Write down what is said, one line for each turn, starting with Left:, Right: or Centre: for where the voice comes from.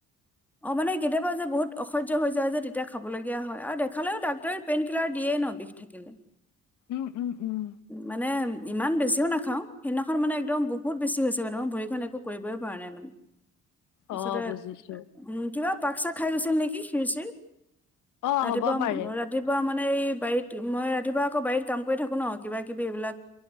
Centre: অ মানে কেতিয়াবা যে বহুত অসহ্য হৈ যায় যে তেতিয়া খাবলগীয়া হয় আৰু দেখালেও ডাক্তৰে পেইন কিলাৰ দিয়ে ন বিষ থা কেলে
Left: উম উম উম
Centre: মানে ইমান বেছিও নাখাও সেইদিনাখন মানে একদম বহুত বেছি হৈছে, মানে ভৰিখন একো কৰিবই পৰা নাই মানে তাৰপিছতে
Left: অহ বুজিছোঁ
Centre: উম কিবা পাক চাক খাই গৈছিল নেকি? হীৰ চিৰ
Left: অ
Centre: ৰাতিপুৱা
Left: হ'ব পাৰে
Centre: ৰা ৰাতিপুৱা মানে এই বাৰীত মই ৰাতিপুৱা আকৌ বাৰীত কাম কৰি থাকো ন কিবা কিবি এইবিলাক